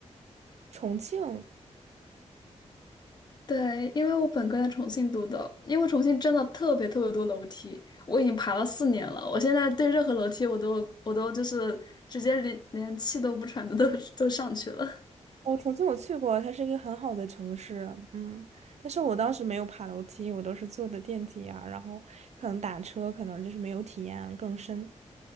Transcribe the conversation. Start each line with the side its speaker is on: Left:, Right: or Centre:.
Right: 重庆。
Left: 对，因为我本科在重庆读的，因为重庆真的特别特别多楼梯，我已经爬了四年了，我现在对任何楼梯我都我都就是直接连连气都不喘的都 <laughs> 都上去了。
Right: 哦，重庆我去过啊，它是一个很好的城市，嗯，但是我当时没有爬楼梯，我都是坐的电梯呀，然后可能打车，可能就是没有体验更深。